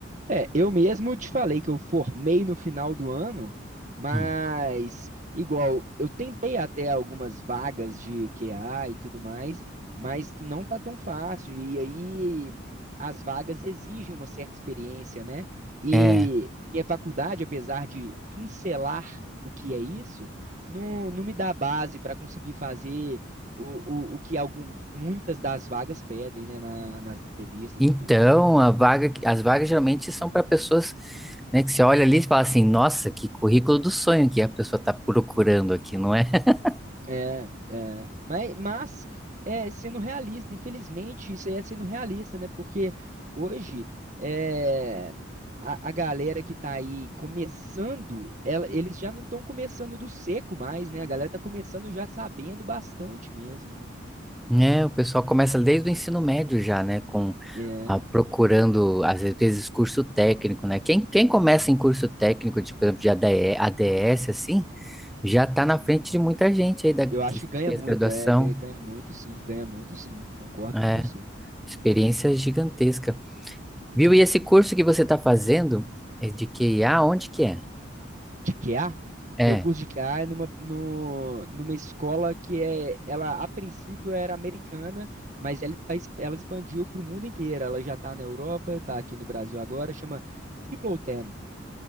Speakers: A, on the right; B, in the centre.
A: É, eu mesmo te falei que eu formei no final do ano, mas
B: Hum.
A: igual, eu tentei até algumas vagas de QA e tudo mais, mas não tá tão fácil. E aí as vagas exigem uma certa experiência, né? E
B: É,
A: minha faculdade, apesar de pincelar o que é isso, não, não me dá base para conseguir fazer o, o, o que algum, muitas das vagas pedem, né, na- nas entrevistas
B: Então,
A: e tudo.
B: a vaga, as vagas geralmente são para pessoas, né, que você olha ali e fala assim, nossa, que currículo do sonho que a pessoa está procurando aqui, não é? <laughs>
A: É, é. Mas, mas é, sendo realista, infelizmente, isso aí é sendo realista, né? Porque hoje é, a, a galera que tá aí começando, ela- eles já não estão começando do seco mais, né? A galera tá começando já sabendo bastante mesmo, né?
B: É, o pessoal começa desde o ensino médio já, né, com
A: É,
B: a- procurando, às vezes, curso técnico, né? Quem, quem começa em curso técnico, de, por exemplo, de ADE, ADS, assim, já está na frente de muita gente aí da, que
A: eu acho que ganha
B: fez
A: muito,
B: graduação,
A: é, ganha, ganha muito sim, ganha muito sim, concordo
B: é,
A: com você.
B: experiência
A: Uhum.
B: gigantesca. Viu?
A: uhum.
B: E esse curso que você está fazendo é de QIA, onde que é?
A: de QA,
B: É.
A: meu curso de QA é numa, no, numa escola que é, ela a princípio era americana, mas ela, tá, es- ela expandiu para o mundo inteiro. Ela já está na Europa, está aqui no Brasil agora, chama Triple Ten.